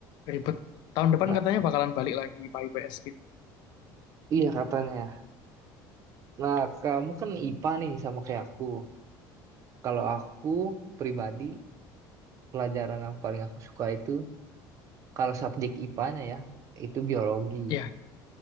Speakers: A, on the left (about 55°); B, on the right (about 40°).
A: ribet. Tahun depan
B: Nah
A: katanya bakalan balik lagi IPA IPS gitu.
B: iya katanya. Nah kamu kan IPA nih sama kayak aku. Kalau aku pribadi pelajaran yang paling aku suka itu kalau subjek IPA-nya ya itu biologi,
A: Ya,